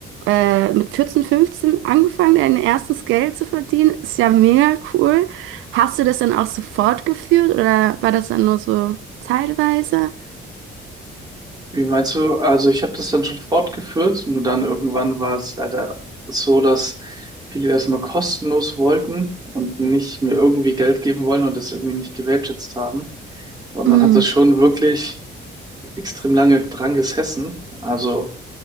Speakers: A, on the right (about 80°); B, on the right (about 20°).
A: äh, mit 14, 15 angefangen, dein erstes Geld zu verdienen. Ist ja mega cool. Hast du das dann auch so fortgeführt oder war das dann nur so zeitweise?
B: Wie meinst du? Also ich habe das dann schon fortgeführt, nur dann irgendwann war es leider so, dass viele das mal kostenlos wollten und nicht mir irgendwie Geld geben wollen und das irgendwie nicht gewertschätzt haben. Weil man
A: Mhm.
B: hat das schon wirklich extrem lange dran gesessen. Also